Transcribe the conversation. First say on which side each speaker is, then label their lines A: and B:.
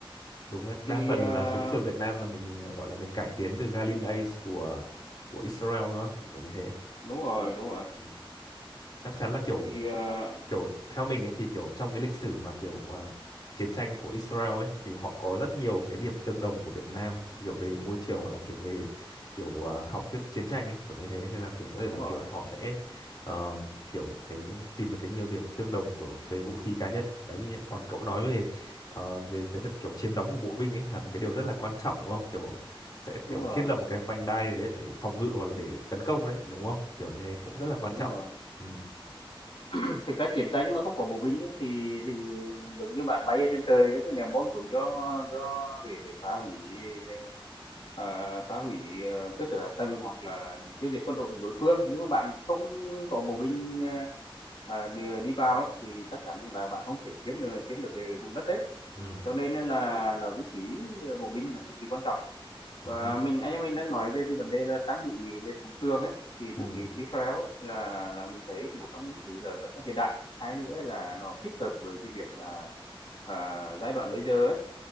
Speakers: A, on the left; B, on the left.
A: đúng đấy đa
B: thì
A: phần
B: à,
A: là súng trường Việt Nam là mình ờ, gọi là mình cải tiến từ Galil Ace của của Israel đúng không kiểu như thế
B: đúng rồi đúng rồi
A: ừ. chắc chắn là kiểu
B: thì à,
A: kiểu theo mình ấy thì kiểu trong cái lịch sử mà kiểu ờ, chiến tranh của Israel ấy thì họ có rất nhiều cái
B: ừ,
A: điểm tương đồng của Việt Nam kiểu về môi trường hoặc là kiểu
B: đúng,
A: về kiểu ờ, học thuyết chiến tranh ấy kiểu như thế nên là kiểu có thể
B: đúng
A: là
B: rồi
A: kiểu họ sẽ ờ, kiểu cái tìm được cái nhiều điểm tương đồng của về vũ khí cá nhân đấy còn cậu nói về ờ, về cái việc kiểu chiếm đóng của bộ binh ấy là một cái điều rất là quan trọng đúng không kiểu sẽ kiểu
B: đúng rồi
A: thiết lập một cái vành đai để để phòng ngự hoặc là để, để tấn công đấy đúng không kiểu như thế cũng rất là quan
B: đúng
A: trọng
B: rồi
A: ừ
B: <clears throat> thực ra chiến tranh mà không có bộ binh ấy, thì thì giống như bạn bay ở trên trời nó cứ ném bom xuống cho cho để, để phá hủy để, à, phá hủy ờ, cơ sở hạ tầng hoặc là tiêu diệt quân đội đối phương nhưng mà bạn không có bộ binh à, à, đi, đi vào ấy, thì chắc chắn là bạn không thể chiếm được chiếm được cái vùng đất đấy
A: ừ
B: cho nên là là vũ khí ờ, bộ binh là cực kỳ quan trọng
A: ừ
B: và mình anh em mình đang nói về cái vấn đề là trang bị về súng trường ấy thì
A: ừ
B: vũ khí của Israel ấy, là là mình thấy một trong những thứ là rất là hiện đại hai nữa là nó thích hợp với cái việc là à, giai đoạn bây giờ ấy,